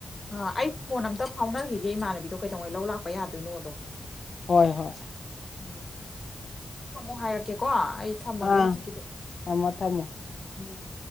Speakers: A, on the left; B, on the left.
A: ꯑ ꯑꯩ ꯐꯣꯟ ꯑꯝꯇ ꯐꯥꯎꯅꯈꯤꯒꯦ ꯏꯃꯥꯟꯅꯕꯤꯗꯣ ꯀꯩꯗꯧꯉꯩ ꯂꯧ ꯂꯥꯛꯄ ꯌꯥꯗꯣꯏꯅꯣꯗꯣ
B: ꯍꯣꯏ ꯍꯣꯏ
A: ꯎꯝ ꯑꯗꯨꯒ ꯑꯃꯨꯛ ꯍꯥꯏꯔꯛꯀꯦꯀꯣ ꯑꯩ ꯊꯝꯃꯒꯦ
B: ꯑꯥ
A: ꯍꯧꯖꯤꯛꯀꯤꯗꯤ
B: ꯊꯝꯃꯣ ꯊꯝꯃꯣ
A: ꯎꯝ